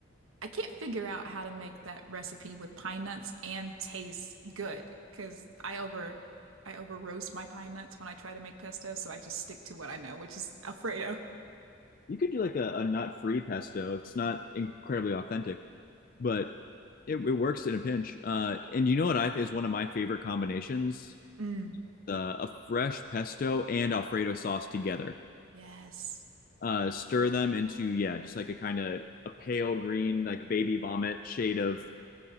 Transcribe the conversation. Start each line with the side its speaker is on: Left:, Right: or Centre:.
Right: I can't figure out how to make that recipe with pine nuts and taste good, because I over I over roast my pine nuts when I try to make pesto, so I just stick to what I know, which is Alfredo.
Left: You could do like a, a nut-free pesto. It's not incredibly authentic, but it, it works in a pinch. Uh, and you know what I is one of my favorite combinations?
Right: Mm.
Left: Uh, a fresh pesto and Alfredo sauce together.
Right: Yes.
Left: Uh, stir them into yeah, just like a kind of a pale green, like baby vomit shade of